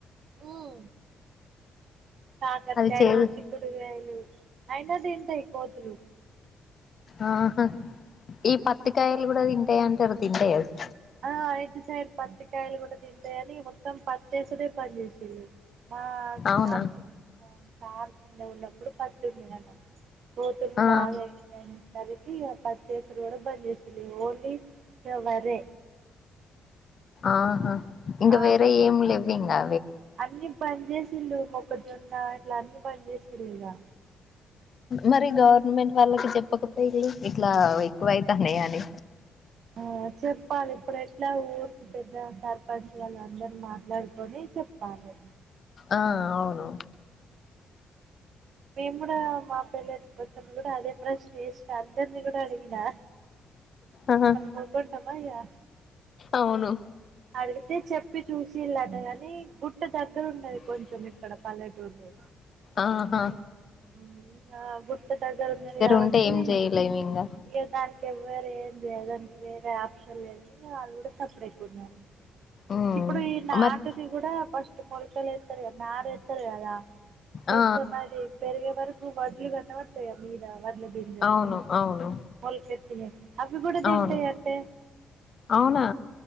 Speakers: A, on the right; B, on the left.
A: ఉం కాకరకాయాలు
B: అది చేదు
A: చిక్కుడుగాయలు అయినా దింటయి కోతులు
B: ఆహా ఈ పత్తికాయలు కూడా తింటాయి <unintelligible>
A: ఆ అయిదు సైడ్ తప్ కాయలు కూడా తింటాయని మొత్తం పత్తేసుడే బంజేసి చి మా సార్
B: అవునా
A: చిన్న సార్ చిన్న ఉన్నప్పుడు <unintelligible> పోతే
B: ఆ
A: బాగా <unintelligible> దనికి ఇక పత్తి ఏసుడు కూడా బంద్చేసిళ్లు ఓన్లీ ఇగ వరే
B: ఆహా ఇంకా
A: ఆ
B: వేరే
A: మొ
B: ఏం లేవ్వు ఇంగా
A: అన్ని బంజేస్ ల్లు మొక్కజొన్న ఇట్లా అన్నీ బంద్ చేసిర్రు ఇగా
B: మరి గవర్నమెంట్ వాళ్ళకి చెప్పకపోయిళ్లు ఇట్లా ఎక్కువైతనాయి అని
A: ఆ చెప్పాలి ఇప్పుడు ఎట్లా ఊరికి పెద్ద సర్పంచ్ వాళ్ళ అందరూ మాట్లాడుకొని చెప్పాలే
B: ఆ అవును
A: మేము కూడా మా పెళ్లైన కొత్తలో కూడా అదే ప్రశ్న చేసిన అందరిని కూడా అడిగినా
B: ఆహా
A: మిమల్ని ఊరుకొంటామా ఇగా
B: అవును
A: అడిగితే చెప్పి చూసిల్లాట గాని గు ట్ట దగ్గర ఉన్నది కొంచెం ఇక్కడ పల్లెటూర్లో
B: ఆహా
A: ఇ గుట్ట దగ్గర ఉన్నది కాబట్టి
B: ఉంటే ఏం చేయలేము ఇంగ
A: ఇక దానికి ఎవర ఏంది దానికి వేరే ఆప్షన్ లేదని వాళ్ళు కూడా సఫర్ అయితున్నారు
B: ఉమ్
A: ఇప్పుడు ఈ నాటిది
B: మరి
A: కూడా ఇ మొలకలు ఇస్తారు కదా న కదా కొంచెం
B: ఆ
A: మరీ వరకు వదులుగాన్నన్నా వా మీద వడ్ల గింజలు
B: అవును అవును
A: మొలకెతిన అవి కూడా తింటాయి
B: అవును
A: అంటే
B: అవునా